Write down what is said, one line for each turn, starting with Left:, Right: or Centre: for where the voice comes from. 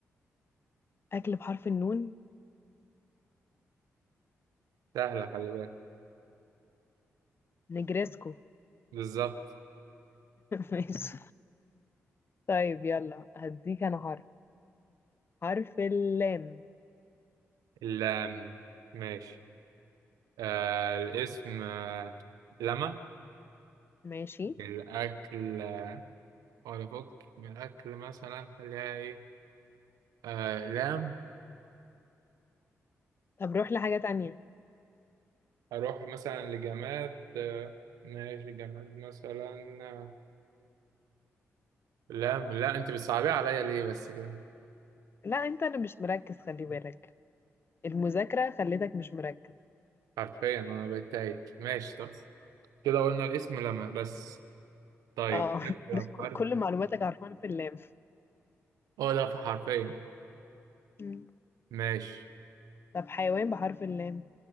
Left: أكل بحرف النون
Right: سهلة خلي بالك
Left: نجرسكو <laughs>
Right: بالظبط
Left: ماشي طيب يلا هديك أنا حرف حرف اللام
Right: اللام ماشي آه الاسم آه لما
Left: ماشي
Right: الأكل آه، ولا فك من الأكل مثلا خليها إيه آه لام
Left: طب روح لحاجة تانية
Right: أروح مثلا لجماد آه ماشي جماد مثلا آه، لام لا أنت بتصعبيه عليا ليه بس كده
Left: لا أنت أنا مش مركز خلي بالك المذاكرة خلتك مش مركز
Right: حرفيا انا بقيت تايه ماشي طب كده قلنا الاسم لما بس طيب
Left: اه <laughs>
Right: نبدأ
Left: ده
Right: بحرف
Left: ك- كل معلوماتك عارفاها في اللام
Right: اه لا في حرفيا
Left: مم.
Right: ماشي
Left: طب حيوان بحرف اللام